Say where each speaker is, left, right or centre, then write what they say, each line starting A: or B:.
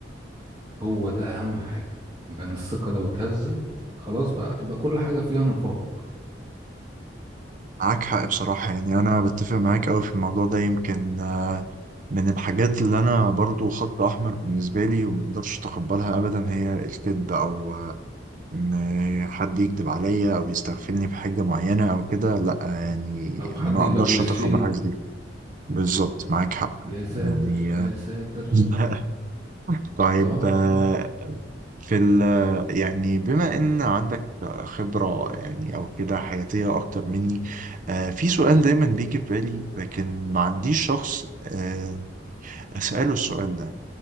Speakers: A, on the right; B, on the right.
A: هو ده أهم حاجة لأن الثقة لو اتهزت خلاص بقى هتبقى كل حاجة فيها نفاق
B: معاك حق بصراحة يعني أنا بتفق معاك أوي في الموضوع ده يمكن آه، من الحاجات اللي أنا برضو خط أحمر بالنسبة لي ومقدرش أتقبلها أبدا هي الكذب أو آه، إن حد يكذب عليا أو يستغفلني في حاجة معينة أو كده لأ يعني
A: أو حد
B: ما
A: يبقى
B: أقدرش
A: بوشين
B: أتقبل حاجة زي دي بالظبط معاك حق
A: يا ساتر
B: يعني
A: يا ساتر
B: آه، <laughs> طيب
A: اه
B: آه،
A: اه
B: في ال يعني بما ان عندك خبرة يعني او كده حياتية اكتر مني آه، في سؤال دايما بيجي في بالي لكن ما عنديش شخص آه، اسأله السؤال ده